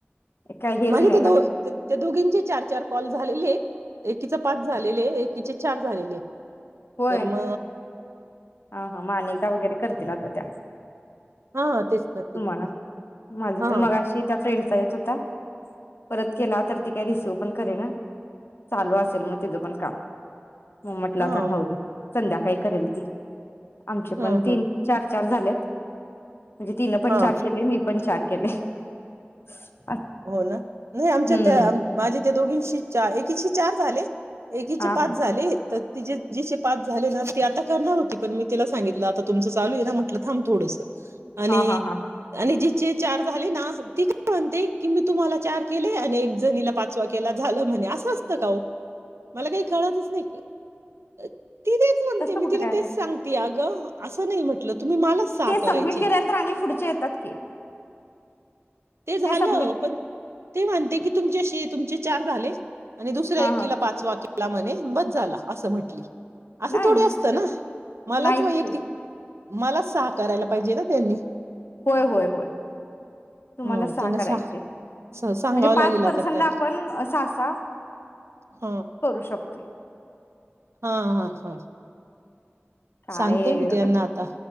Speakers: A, on the left; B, on the right.
A: काय हेच
B: म्हणजे
A: नाही
B: ते
A: ना
B: दो त्या दोघींचे चार चार कॉल झालेले येत. एकीच पाच झालेले एक की चे चार झालेले.
A: होय
B: तर म
A: हा हा म अनेकदा वगैरे करतील आता त्या
B: हा तेच ना
A: तुम्हाला
B: तेच ना
A: माझ
B: हा
A: पण मगशी कसं ये आता येत होता परत केला तर ती काय रिसिव्ह पण करे ना चालू असेल मग तिज पण काम म म्हटल
B: हा
A: आता
B: हम्म
A: राहूदे. संध्याकाळी करेल ती आमचे पण
B: हम्म
A: तीन, चार चार झालेत. म्हणजे तिनं पण
B: हा
A: चार केले मी पण चार <unintelligible>
B: हो ना नाही आमच्या
A: हम्म
B: त्या माझे त्या दोघींशी च एकीशी चार झाले. एकीचे
A: हा
B: पाच
A: हा
B: झाले तर तीज्याशी पाच झाले ना ते आता करणार होती पण मी तला सांगितलं आता तुमचं चालू आहे ना म्हटल थांब थोडंसं आणि
A: हा हा हा हा.
B: आणि जी चे चार झाले ना ती काय म्हणते कि मी तुम्हाला चार केले आणि एक जणीला पाचवा केला झालं म्हणे असं असतं का ओ मला काही कळतच नाही का? अ ती तेच म्हणते
A: तसं
B: मी
A: कुठं
B: तिला
A: काय आता
B: तेच सांगते आगं असं नाही म्हटलं तुम्ही मलाच सहा
A: ते
B: करायचे
A: सबमिट केल्यानंतर आणि पुढचे येतात की
B: ते झालं
A: सबमिट के
B: पण ती म्हणते की तुमच तुम चार झाले. आणि दुसऱ्या
A: हा
B: एकीला
A: हा
B: पाचवा के ला म्हणे बस झाला असं म्हंटली असं
A: नाही
B: थोडी असतं ना मलाच
A: नाहीच
B: वैयक्तिक
A: की
B: मला सहा करायला पाहिजे ना त्यांनी
A: होय, होय, होय. तुम्हाला
B: ह
A: सहा
B: त्यांना
A: करायचे
B: सा
A: म्हणजे
B: सांगावं
A: पाच
B: लागेल
A: पर्सनला
B: आता त्यांना
A: आपण सहा, सहा
B: ह
A: करू शकतो. ते
B: हा हा हा
A: काय
B: सांगते मी त्यांना आता